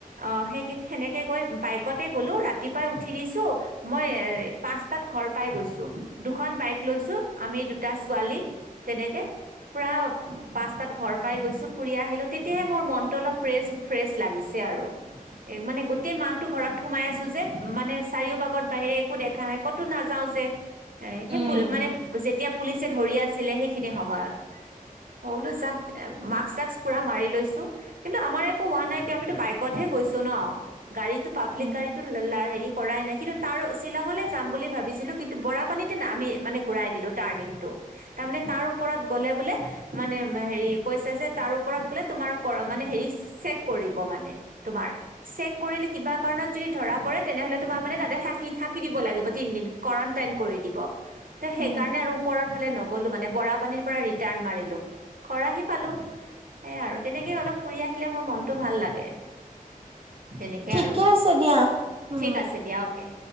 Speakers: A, on the right; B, on the right.
A: অ', সেই সেনেকে গৈ বাইকতে গ'লো ৰাতিপুৱাই উঠি দিছো মই এ পাঁচটাত ঘৰ পাই গৈছোঁ, দুখন বাইক লৈছো আমি দুটা ছোৱালী তেনেকে পুৰা পাঁচটাত ঘৰ পাই গৈছোঁ। ফুৰি আহিলো তেতিয়াহে মোৰ মনতটো অলপ ফ্ৰেছ ফ্ৰেছ লাগে। লাগিছে আৰু এ মানে গোটেই মাহটো ঘৰত সোমাই আছোঁ যে, মানে চাৰিওবাগত বাহিৰে একো দেখা নাই ক'তো নাযাও যে, এ
B: উম
A: সেই মানে যেতিয়া পুলিচে ধৰি আছিলে সেইখিনি সময়ত। <inaudible> মই বোলো যাহ্, মাক্ক চাক্স পুৰা মাৰি লৈছোঁ, কিন্তু আমাৰ একো হোৱা নাই কিয়, আমিতো বাইকত হে গৈছোঁ। ছো ন', গাড়ীটো পাব্লিক
B: উম
A: গাড়ীটো হেৰি কৰা নাই কিন্তু তাৰো শ্বিলঙলৈ যাম বুলি ভাবিছিলোঁ, কিন্তু বৰাপানীতে না আমি মানে ঘূৰাই দিলোঁ টাৰ্ণিংটো। তাৰমানে তাৰ ওপৰত গ'লে বোলে, মানে হেৰি কৈছে যে তাৰ ওপৰত গলে কৰ মানে তোমাৰ হেৰি চেক কৰিব। মানে, তোমাৰ, চেক কৰিলে কিবা কাৰণত যদি ধৰা পৰে তেনেহ'লে তোমাৰ মানে তাতে থাকি থাকি দিব লাগিব, তিনদিন কাৰেণ্টাইন কৰি দিব। ত' সেই
B: উম
A: কাৰণে আৰু ওপৰৰ ফালে নগ'লো মানে, বৰা পানীৰ ৰিটাৰণ মাৰিলোঁ, ঘৰ আহি পালোঁ। সেইয়াই আৰু, তেনেকে অলপ ফুৰি আহিলে মোৰ মনটো ভাল লাগে। তেনেকে
B: ঠিকে
A: আৰু,
B: আছে দিয়া উম
A: ঠিক আছে দিয়া অ'কে।